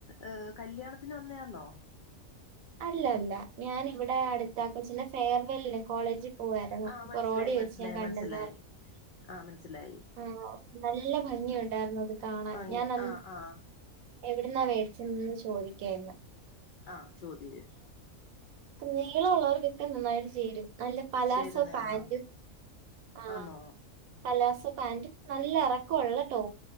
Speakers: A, on the left; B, on the right.
A: ഏഹ് കല്യാണത്തിന് വന്നയാന്നോ
B: അല്ലല്ല ഞാന് ഇവിടെ അടുത്ത കൊച്ചിൻ്റെ ഫെയർവെല്ന് കോളേജിൽ പോവരുന്നു
A: ആഹ്
B: ഇപ്പൊ
A: മനസ്സിലായി
B: റോഡി വെച്ച്
A: മനസ്സിലായി
B: ഞാൻ കണ്ടന്ന്
A: മനസ്സിലായി
B: പറഞ്ഞ
A: ആഹ് മനസ്സിലായി
B: ഉം ഓ ഉം നല്ല ഭംഗിയ ഉണ്ടായിരുന്നു അത് കാണാൻ
A: ഭംഗി
B: ഞാൻ അന്ന്
A: ആഹ് ആഹ്
B: എവിടുന്നാ മേടിച്ചന്ന് ചോദിക്കായിന്ന്
A: ആ ചോദ്യയേസ്
B: അപ്പ നീളള്ളവർക്കൊക്കെ നന്നായിട്ട് ചേരും അല്ല പലാസോ
A: ചേരുന്നയാന്നോ
B: പാാന്റും ആ
A: ആന്നോ
B: പലാസോ പാന്റ് നല്ല ഇറക്കള്ള ടോ